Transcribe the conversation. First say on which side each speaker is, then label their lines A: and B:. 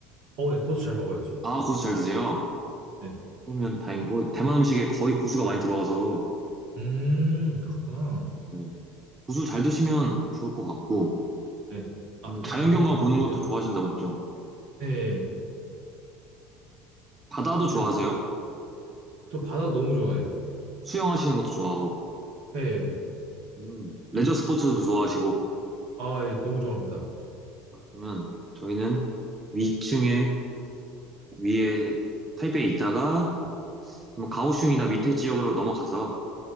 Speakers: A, on the right; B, on the right.
A: 어, 예, 고수 잘 먹어야죠.
B: 아, 고수 잘 드세요?
A: 네.
B: 그러면 다행, 고 대만 음식에 거의 고수가 많이 들어가서,
A: 음, 그렇구나.
B: 네. 고수 잘 드시면 좋을 것 같고,
A: 네. 아,
B: 음, 자연경관
A: 또 궁금한 게
B: 보는
A: 있는데.
B: 것도 좋아하신다고 했죠.
A: 예, 예.
B: 바다도 좋아하세요?
A: 제가 또 바다도 너무 좋아해요.
B: 수영하시는 것도 좋아하고,
A: 예. 예.
B: 음, 레저 스포츠도 좋아하시고,
A: 아, 예, 너무 좋아합니다.
B: 아, 그러면 저희는 위층에, 위에 타이베이에 있다가, 좀 가오슝이나 밑에 지역으로 넘어가서,